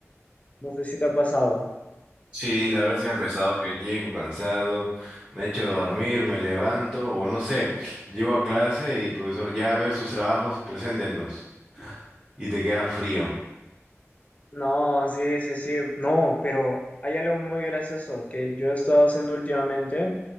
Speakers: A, on the left; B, on the right.
A: No sé si te ha pasado.
B: Sí, la verdad sí me ha pesado que llego cansado, me echo a dormir, me levanto, o no sé, llego a clase y el profesor, ya a ver sus trabajos, preséntenlos. Y te queda frío.
A: No, sí, sí, sí. No, pero hay algo muy gracioso que yo he estado haciendo últimamente